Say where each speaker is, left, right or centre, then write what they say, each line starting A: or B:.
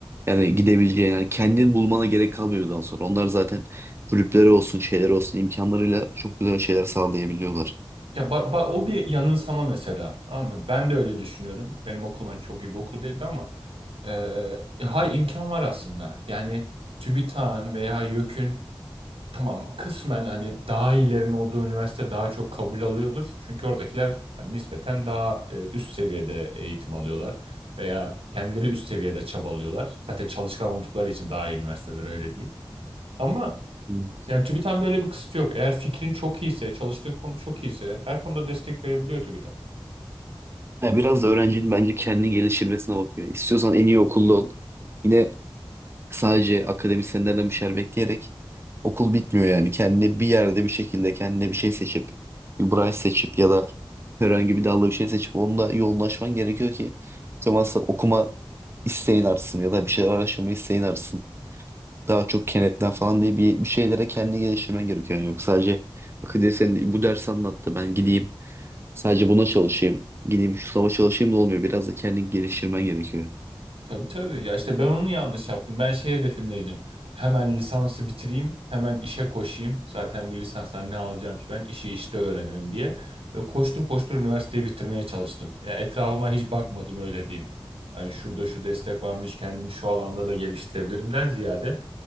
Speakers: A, on the right; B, on the right.
A: Yani gidebileceğin, yani kendin bulmana gerek kalmıyor daha sonra. Onlar zaten kulüpleri olsun, şeyler olsun imkanlarıyla çok güzel şeyler sağlayabiliyorlar.
B: Ya ba- ba- o bir yanılsama mesela. Tamam mı? Ben de öyle düşünüyordum. Benim okul ben çok iyi bir okul değildi ama e, ya hay imkan var aslında. Yani TÜBİTAK'ın veya YÖK'ün tamam kısmen hani daha iyilerin olduğu üniversite daha çok kabul alıyordur. Çünkü oradakiler hani nispeten daha e, üst seviyede eğitim alıyorlar veya kendileri üst seviyede çabalıyorlar. Zaten çalışkan oldukları için daha iyi üniversiteler öyle diyeyim. Ama
A: Hı.
B: yani TÜBİTAK'ın böyle bir kısıtı yok. Eğer fikrin çok iyiyse, çalıştığın konu çok iyiyse her konuda destek verebiliyor TÜBİTAK.
A: Yani biraz da öğrencinin bence kendini geliştirmesine bakıyor. İstiyorsan en iyi okulda ol. Yine sadece akademisyenlerden bir şeyler bekleyerek okul bitmiyor yani. Kendine bir yerde bir şekilde kendine bir şey seçip, bir branş seçip ya da herhangi bir dalda bir şey seçip onunla yoğunlaşman gerekiyor ki o zaman okuma isteğin artsın ya da bir şeyler araştırma isteğin artsın. daha çok kenetlen falan diye bir, bir şeylere kendini geliştirmen gerekiyor. Yani yok sadece bak diye sen bu ders anlattı ben gideyim sadece buna çalışayım gideyim şu sınava çalışayım da olmuyor. Biraz da kendini geliştirmen gerekiyor.
B: Tabii tabii. Ya işte ben onu yanlış yaptım. Ben şey hedefindeydim. Hemen lisansı bitireyim, hemen işe koşayım. Zaten bu lisanstan ne alacağım ki ben? İşi işte öğrenirim diye. Ve koştur koştur üniversiteyi bitirmeye çalıştım. Ya etrafıma hiç bakmadım öyle diyeyim. Hani şurada şu destek varmış, kendimi şu alanda da geliştirebilirimden ziyade